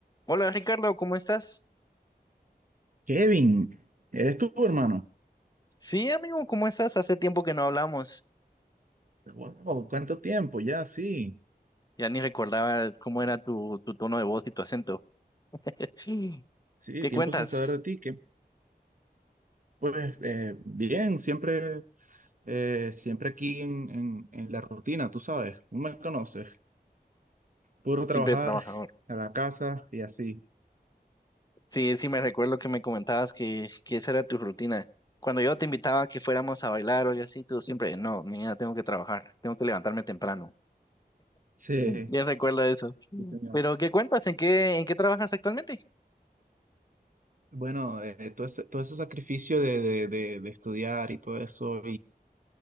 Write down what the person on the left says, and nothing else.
Hola Ricardo, ¿cómo estás?
Sí, amigo, ¿cómo estás? Hace tiempo que no hablamos.
Ya ni recordaba cómo era tu, tu tono de voz y tu acento. Sí.
¿Qué
cuentas?
Siempre
trabajador.
Sí, sí, me recuerdo que me comentabas que, que esa era tu rutina. Cuando yo te invitaba a que fuéramos a bailar o algo así, tú siempre, no, mira, tengo que trabajar, tengo que levantarme temprano.
Mm. Bien recuerdo eso.
Mm.
Pero ¿qué cuentas? ¿En qué, en qué trabajas actualmente?